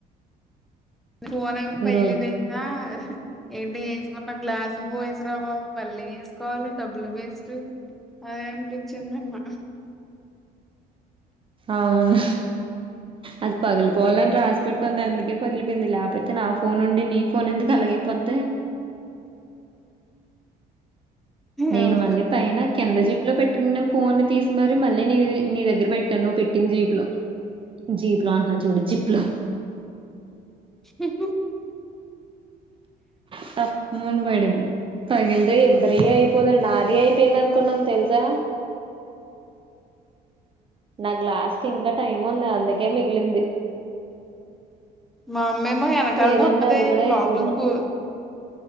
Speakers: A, in the centre; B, on the right (about 30°).
A: ఫోన్ అ పైలీ
B: ఈరోజు
A: దంద ఏంటి వేసుకున్న గ్లాసు పో వసరా బాబు మళ్ళీ వేసుకోవాలి డబ్బులు వేస్ట్ అదే అ చిందమ్మా
B: అవును అది పగిలిపోవాలని రాసి పె ట్టుంది అందుకే పగిలిపోయింది లేకపోతే నా ఫోన్ ఉండి నీ ఫోన్ ఎందుకు అలగైపోద్ <unintelligible> నేను
A: ఏమో మరి
B: మళ్ళీ పైన కింద జీప్ లో పెట్టిన ఫోన్ తీసి మరి మళ్ళీ నీ నీ దగ్గర పెట్టాను నువ్వు పెట్టిన జీప్ లో జీప్లా అంచిడి జిప్లా
A: <unintelligible>
B: త మునపడింది పగిలిద ఇద్దరి అయిపోద నాది అయిపోయింది అనుకున్నాను తెలుసా నాకు లాస్ట్ ఇంకా టైం ఉంది అందుకే మిగిలింది
A: మామేమ వెనకాలొప్పద
B: లేదంటే అది కూడా
A: లోపలిపు
B: అయిపోదును